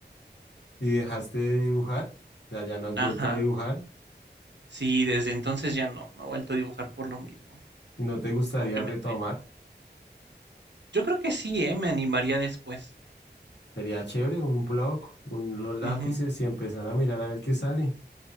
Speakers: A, on the left (about 80°); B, on the right (about 80°).
A: y dejaste de dibujar? O sea, ya no has
B: Ajá.
A: vuelto a dibujar
B: Sí, desde entonces ya no, no he vuelto a dibujar por lo mismo.
A: y no te gustaría
B: Como que
A: retomar.
B: me te- Yo creo que sí, ¿eh? Me animaría después.
A: Sería chévere un blog, un, los lápices
B: Ujú.
A: y empezar a mirar a ver qué sale.